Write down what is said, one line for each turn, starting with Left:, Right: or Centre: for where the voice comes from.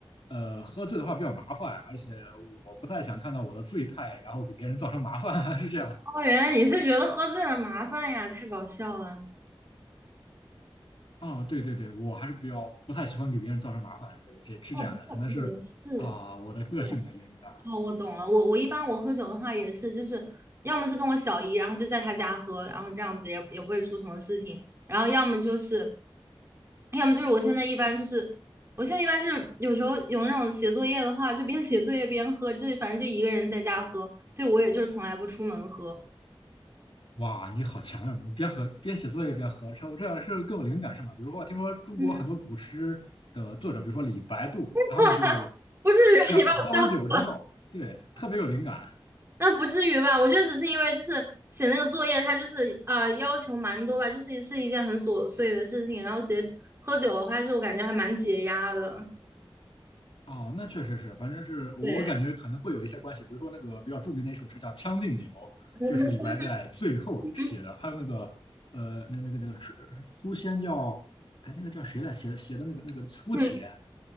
Left: 呃，喝醉的话比较麻烦，而且我不太想看到我的醉态，然后给别人造成麻烦，<laughs> 还是这样。
Right: 哦，原来你是觉得喝醉了麻烦呀，太搞笑了。
Left: 啊、对对对，我还是比较不太喜欢给别人造成麻烦，是这是这样的，
Right: 哦，不过也是，
Left: 可能是啊、我的个性的原因吧。
Right: 对。哦，我懂了。我我一般我喝酒的话也是，就是要么是跟我小姨，然后就在她家喝，然后这样子也也不会出什么事情。然后要么就是，要么就是我现在一般就是，我现在一般就是有时候有那种写作业的话，就边写作业边喝，就是反正就一个人在家喝。对，我也就是从来不出门喝。
Left: 哇，你好强呀！你边喝边写作业边合唱，这样是更有灵感是吗？比如说，我听说中国很多古诗的作者，
Right: 嗯，
Left: 比如说李白、杜甫，
Right: <laughs>
Left: 他们就
Right: 不至于啊，
Left: 想喝完酒之后，
Right: 你把我笑死了。
Left: 对，特别有灵感。
Right: 那不至于吧？我觉得只是因为就是写那个作业，它就是啊要求蛮多吧，就是是一件很琐碎的事情。然后写喝酒的话，就我感觉还蛮解压的。
Left: 哦，那确实是，反正是我感觉可能会有一些关系。
Right: 对，
Left: 比如说那个比较著名的一首诗叫《将进酒》，
Right: <laughs>
Left: 就是李白在最后写的。
Right: 嗯
Left: 还有那个呃，那那个那个是书仙叫哎，那个叫谁来写的写的那个那个书帖
Right: 嗯，